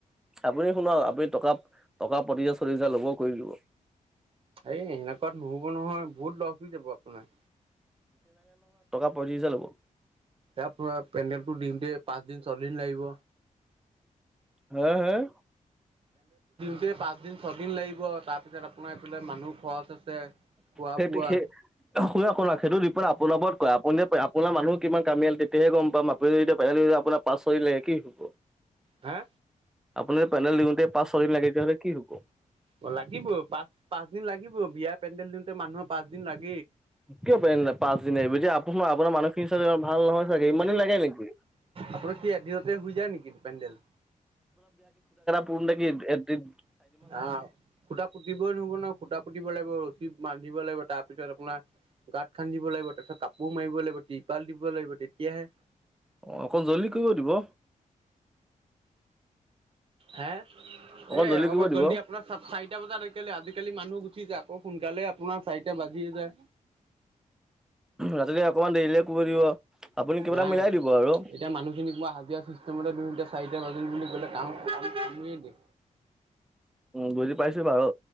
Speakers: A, in the centre; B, on the right.
A: আপুনি শুনাক আপুনি টকা, টকা, পঁচিছ হাজাৰ, চল্লিশ হাজাৰ ল'ব কৰি দিব।
B: এই সেনেকুৱাত নহ'ব নহয়, বহুত লছ হৈ যাব আপোনাৰ।
A: বা ৰিজা ল'ব।
B: তাত পোৰা পেণ্ডেলটো দিওঁতে পাঁচদিন, ছয়দিন লাগিব।
A: হয় হয়।
B: কি পাঁচদিন, ছদিন লাগিব, তাৰপিছত আপোনাৰ এইফালে মানুহ খৰচ আছে। খোৱা
A: সেইটো
B: বোৱা
A: সেই-শুনক শুনক সেইটো ডীপেণ্ড আপোনাৰ ওপৰত কৰে, আপুনি আপোনাৰ মানুহ কিমান কামিয়াল তেতিয়াহে গম পাম, আপুনি যেতিয়া কাইলৈ আপোনাৰ পাছ হৈলে কি হ'ব,
B: হা
A: আপোনাৰ পেনেল দিওঁতে পাঁচ ছয়দিন লাগে তেতিয়াহ'লে কি হ'ব?
B: অ' লাগিব পাঁচ-পাঁচদিন লাগিব, বিয়া পেণ্ডেল দিওঁতে মানুহৰ পাঁচদিন লাগি
A: কিয় পেনেল পাঁচদিন লাগিব, দিয়া আপোনাৰ মানুহখিনি ছাগে ইমান ভাল নহয় চাগে, ইমান দিন লাগে নেকি।
B: আপোনাৰ কি এদিনতে হৈ যায় নেকি পেণ্ডেল?
A: তুন্তে কি এদ-এদ দিন
B: আ, খুঁটা পুতিবই নহ'ব ন' খুঁটা পুতিব লাগিব, ৰছীত বান দিব লাগিব তাৰপিছত আপোনাৰ গাঁত খান্দিব লাগিব, তাৰপিছত কাপোৰ মাৰিব লাগিব, তিপাল দিব লাগিব তেতিয়াহে
A: অ' অকণ জল্দি কৰিব দিব।
B: হে,
A: অকণ
B: এ, অকন
A: কৰিব দিব
B: জল্দি আপোনাৰ চাৰিটা বজাত একে আজিকালি মানুহ গুচি যায় আকৌ সোন তেতিয়াহ'লে আপোনাৰ চাৰিটা বাজিয়ে যায়।
A: ৰাতিলে অকমান দেৰিলে কৰিব দিব। আপুনি কিবা এটা
B: নাই,
A: মিলাই দিব আৰু
B: এতিয়া মানুহখিনি কিবা হাজিৰা চিষ্টেমতে দিওঁতে চাৰিটা বাজিল বুলি ক'লে। কাম ভাঙিয়ে দে।
A: উ, বুজি পাইছোঁ বাৰু।